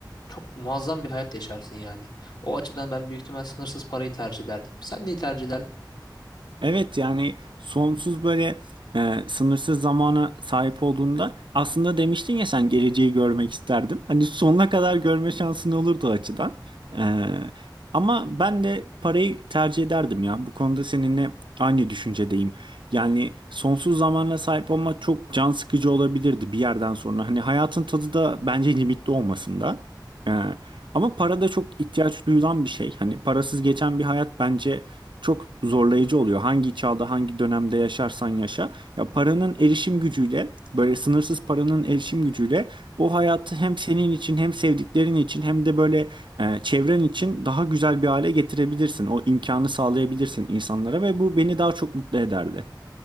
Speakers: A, on the left; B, on the right.
A: çok muazzam bir hayat yaşarsın yani. O açıdan ben büyük ihtimal sınırsız parayı tercih ederdim. Sen neyi tercih ederdin?
B: Evet yani sonsuz böyle e, sınırsız zamana sahip olduğunda aslında demiştin ya sen geleceği görmek isterdim. Hani sonuna kadar görme şansın olurdu o açıdan. E, ama ben de parayı tercih ederdim ya. Bu konuda seninle aynı düşüncedeyim. Yani sonsuz zamana sahip olmak çok can sıkıcı olabilirdi bir yerden sonra. Hani hayatın tadı da bence limitli olmasında. E, ama para da çok ihtiyaç duyulan bir şey. Hani parasız geçen bir hayat bence çok zorlayıcı oluyor. Hangi çağda, hangi dönemde yaşarsan yaşa. Ya paranın erişim gücüyle, böyle sınırsız paranın erişim gücüyle o hayatı hem senin için hem sevdiklerin için hem de böyle e, çevren için daha güzel bir hale getirebilirsin. O imkanı sağlayabilirsin insanlara ve bu beni daha çok mutlu ederdi.